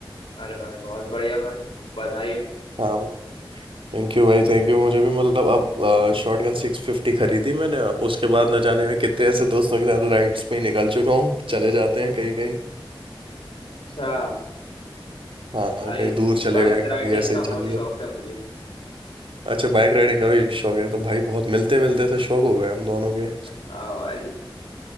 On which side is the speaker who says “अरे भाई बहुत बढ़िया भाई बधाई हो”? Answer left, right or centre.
Left